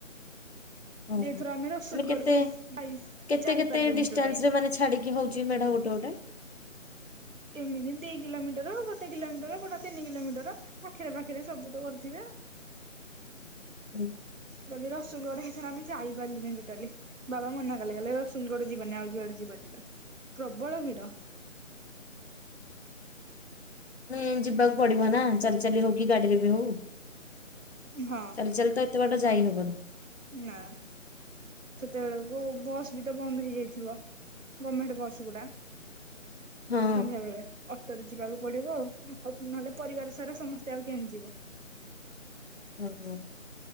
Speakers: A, on the left; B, on the right.
A: ହୁଁ
B: ଏଥର
A: ମାନେ
B: ଆମେ ରସୁଲଗଡକୁ
A: କେତେ
B: ଯାଇ
A: କେତେ
B: ଯାଇପାରିଲୁନି
A: କେତେ ଡିଷ୍ଟାନ୍ସରେ
B: ଟୋଟାଲି।
A: ମାନେ ଛାଡି କି ହଉଛି ମେଢ ଗୋଟେ ଗୋଟେ।
B: ଏମିତି ଦି କିଲୋମିଟର ଗୋଟେ କିଲୋମିଟର କୋଉଟା ତିନି କିଲୋମିଟର। ପାଖେରେ ପାଖେରେ ସବୁ ତ କରିଥିବେ ଆଉ।
A: ହୁଁ।
B: ମୁଁ କହିଲି ରସୁଲଗଡ଼ ଏଥର ଆମେ ଯାଇପାରିଲୁନି ଟୋଟାଲି। ବାବା ମନା କଲେ କହିଲେ ରସୁଲଗଡ଼ ଯିବାନି ଆଉ ଯୁଆଡେ ଯିବା ଯିବା ପ୍ରବଳ ଭିଡ।
A: ମାନେ ଯିବାକୁ ପଡିବ ନା ଚାଲି ଚାଲି ହଉ କି ଗାଡିରେ ବି ହଉ,
B: ହଁ
A: ଚାଲି ଚାଲି ତ ଏତେ ବାଟ ଯାଇହବନି।
B: ନା। ସେତେବେଳକୁ ବସ୍ ବି ତ ବନ୍ଦ ହେଇଯାଇଥିବ ଗର୍ମେଣ୍ଟ ବସ୍ ଗୁଡା।
A: ହଁ
B: ସନ୍ଧ୍ୟାବେଳେ। ଅଟୋରେ ଯିବାକୁ ପଡିବ ଆଉ, ଆଉ ନହେଲେ ପରିବାର ସାରା ସମସ୍ତେ ଆଉ କେନ୍ତି ଯିବ?
A: ଓ ହୋ